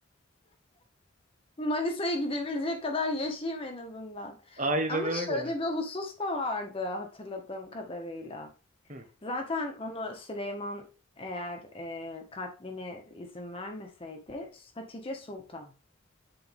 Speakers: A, on the left; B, on the right.
A: Manisa'ya gidebilecek kadar yaşayayım en azından.
B: <laughs> Aynen
A: Ama
B: öyle.
A: şöyle bir husus da vardı hatırladığım kadarıyla.
B: Hı.
A: Zaten onu Süleyman eğer e, katline izin vermeseydi Hatice Sultan.